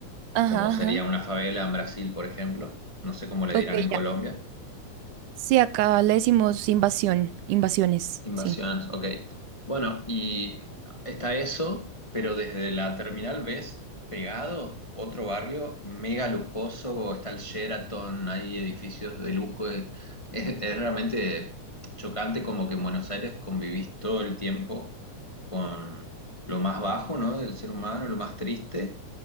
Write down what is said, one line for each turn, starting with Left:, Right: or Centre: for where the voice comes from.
Right: Ajá,
Left: Como sería
Right: ajá.
Left: una favela en Brasil, por ejemplo, no sé cómo le
Right: Ok,
Left: dirán en Colombia,
Right: ya. Sí, acá le decimos invasión, invasiones,
Left: Invasiones,
Right: sí.
Left: ok. Bueno, y está eso, pero desde la terminal ves pegado otro barrio mega lujoso, está el Sheraton, hay edificios de lujo, es, es- es realmente chocante como que en Buenos Aires convivís todo el tiempo con lo más bajo, ¿no? del ser humano, lo más triste.